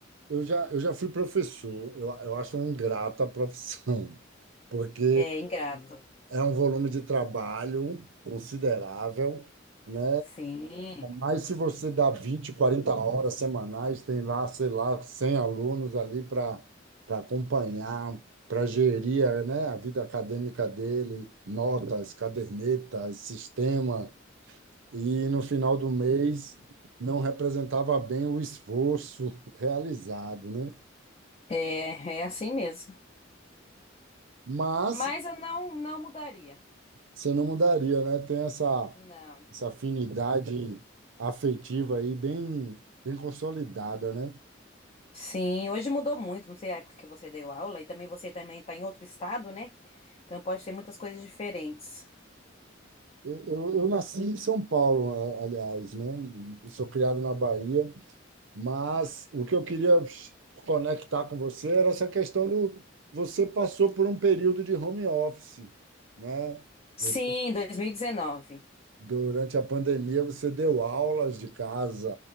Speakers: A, on the right; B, on the left.
A: Eu já, eu já fui professor, eu, eu acho uma ingrata a profissão, porque
B: É ingrato.
A: é um volume de trabalho considerável, né?
B: Sim,
A: Mas se você dá 20, 40 horas semanais, tem lá, sei lá, 100 alunos ali para para acompanhar, para gerir, a, né, a vida acadêmica dele, notas, cadernetas, sistema, e no final do mês não representava bem o esforço <laughs> realizado, né?
B: é, é assim mesmo.
A: Mas
B: Mas eu não, não mudaria.
A: você não mudaria, né? Tem essa,
B: Não.
A: essa afinidade afetiva aí bem, bem consolidada, né?
B: Sim, hoje mudou muito, não sei a época que você deu aula, e também você também está em outro estado, né? Então pode ter muitas coisas diferentes.
A: Eu, eu eu nasci em São Paulo, a- aliás, né? Eu Sou criado na Bahia, mas o que eu queria conectar com você era essa questão do você passou por um período de home office, né?
B: Sim,
A: Você-
B: 2019.
A: durante a pandemia você deu aulas de casa